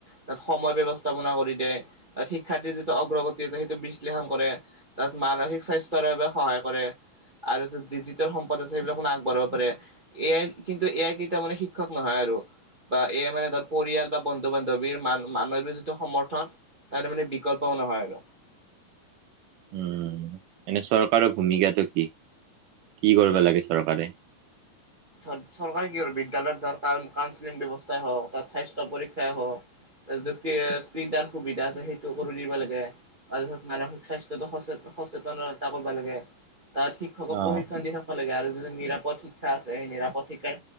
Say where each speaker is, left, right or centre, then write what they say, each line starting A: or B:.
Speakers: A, on the right (about 55°); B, on the right (about 75°).
A: তাত সময় ব্যৱস্থাপনা কৰি দে। তাত শিক্ষাৰ্থীৰ যিটো অগ্ৰগতি আছে সেইটো বিশ্লেষণ কৰে তাত মানসিক স্বাস্থ্যৰ বাবে সহায় কৰে। আৰু ডিজিটেল সম্প পদ হৈছে সবিলাক আগবঢ়াব পাৰে, এ আই কিন্তু এ আই কেইটা মানে শিক্ষক নহয় আৰু বা এ আই মানে ধৰ পৰিয়াল বা বন্ধু বান্ধৱীৰ মান মানৱ যিটো সমৰ্থন তাৰে মানে বিকল্প। নহয় আৰু
B: উম এনে চৰকাৰৰ ভূমিকাটো কি? কি কৰিব লাগে চৰকাৰে?
A: চৰকাৰে কি কৰে বিদ্যালয়ত ধৰ কাৰ কউঞ্চিলিং ব্যৱস্থাই হওক ত স্বাস্থ্য পৰীক্ষাই হওক তাৰপিছত প্ৰিন্টাৰ সুবিধা আছে সেইটো কৰি দিব লাগে, তাৰপিছত মানসিক স্বাস্থ্যটো সচেত। সচেতনতা কৰিব লাগে, তাত শিক্ষকক
B: অ',
A: প্ৰশিক্ষণ দি থাকব লাগে আৰু যিটো নিৰাপদ শিক্ষা আছে। স নিৰাপতক্ষিকাৰ